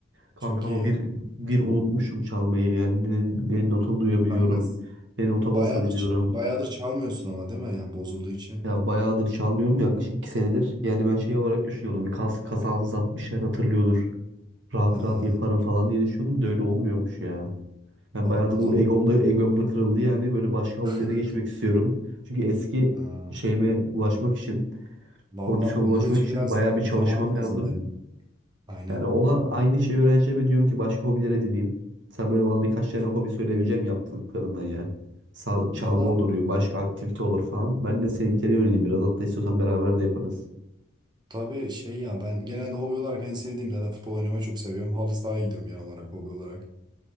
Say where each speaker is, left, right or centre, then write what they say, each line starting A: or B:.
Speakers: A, on the right; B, on the right.
A: Kanka
B: Çok
A: ama
B: iyi.
A: bir, bir unutmuşum çalmayı. Yani ne, ne nota duyabiliyorum.
B: Kanka
A: Ne nota
B: bayağıdır
A: basabiliyorum.
B: bayağıdır çalmıyorsun ama değil mi? Yani bozulduğu için.
A: Ya bayağıdır çalmıyorum yaklaşık iki senedir. Yani ben şey olarak düşünüyordum. Bir kas, kas hafızam bir şeyler hatırlıyordur. rahat
B: Ha,
A: rahat yaparım falan diye düşünüyordum da öyle olmuyormuş ya. Yani
B: o,
A: bayağı da
B: o
A: bu
B: zaman
A: egom da, egom da kırıldı yani böyle başka hobilere
B: <laughs>
A: geçmek istiyorum. Çünkü eski
B: Ha,
A: şeyime ulaşmak için,
B: valla
A: kondisyona
B: onun
A: ulaşmak
B: için
A: için
B: biraz
A: bayağı bir çalışmam
B: zaman
A: lazım.
B: lazım ben. Aynen.
A: Yani ona aynı şeyi öğreneceğime diyorum ki başka hobilere edineyim. Sen böyle bana birkaç tane
B: Ben-
A: hobi söyleyebileceğim mi yaptıklarından ya. Sal- çalgı
B: Valla
A: olur, başka aktivite olur falan. Ben de seninkine yöneleyim biraz. Hatta istiyorsan beraber de yaparız.
B: tabii şey ya ben genelde hobi olarak en sevdiğim zaten futbol oynamayı çok seviyorum. Halı sahaya gidiyorum genel olarak hobi olarak.